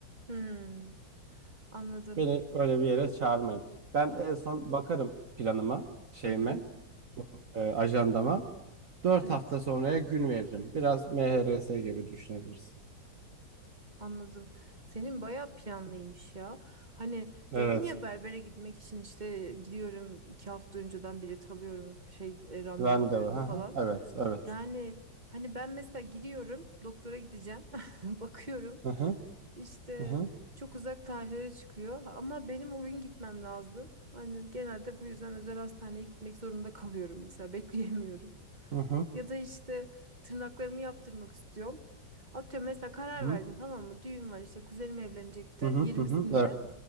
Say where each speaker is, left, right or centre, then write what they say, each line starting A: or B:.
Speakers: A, on the right; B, on the right.
A: hı. Anladım.
B: Beni öyle bir yere çağırmayın. Ben en son bakarım planıma şeyime
A: Hı hı.
B: e, ajandama. Dört
A: Evet.
B: hafta sonraya gün veririm. Biraz MHRS gibi düşünebilirsin.
A: Anladım. Senin bayağı planlıymış ya. Hani
B: Evet.
A: dedin ya berbere gitmek için işte gidiyorum iki hafta önceden bilet alıyorum şey e, randevu
B: Randevu.
A: alıyorum
B: Hı
A: falan.
B: hı. Evet, evet.
A: Yani hani ben mesela gidiyorum doktora gideceğim <laughs> bakıyorum
B: Hı hı.
A: işte
B: Hı hı.
A: çok uzak tarihlere çıkıyor ama benim o gün gitmem lazım. Hani genelde bu yüzden özel hastaneye gitmek zorunda kalıyorum mesela <laughs> bekleyemiyorum.
B: Hı hı.
A: Ya da işte tırnaklarımı yaptırmak istiyorum. Atıyorum mesela karar
B: Hı hı.
A: verdim tamam mı? Düğün var işte kuzenim evlenecekti
B: Hı hı.
A: 20'sinde.
B: hı. Evet,